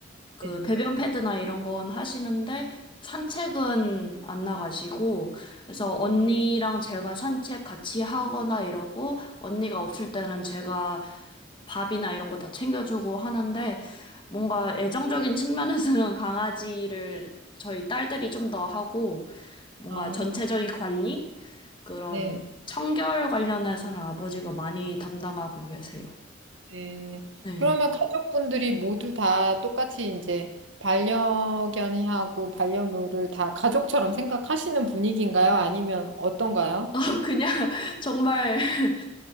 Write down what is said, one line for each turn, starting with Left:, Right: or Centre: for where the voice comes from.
Left: 그
Right: 네.
Left: 배변 패드나 이런 건 하시는데 산책은 안 나가시고 그래서 언니랑
Right: 음.
Left: 제가 산책 같이 하거나 이러고 언니가 없을 때는 제가 밥이나 이런 거 다 챙겨주고 하는데 뭔가 애정적인 측면에서는 <laughs> 강아지를 저희 딸들이 좀 더 하고 뭔가
Right: 아,
Left: 전체적인 관리? 그런
Right: 네.
Left: 청결 관련해서는 아버지가 많이 담당하고 계세요.
Right: 네.
Left: 네.
Right: 그러면 가족분들이 모두 다 똑같이 이제 반려견하고 반려묘를 다 가족처럼 생각하시는 분위기인가요? 아니면 어떤가요?
Left: <laughs> 그냥 정말 <laughs>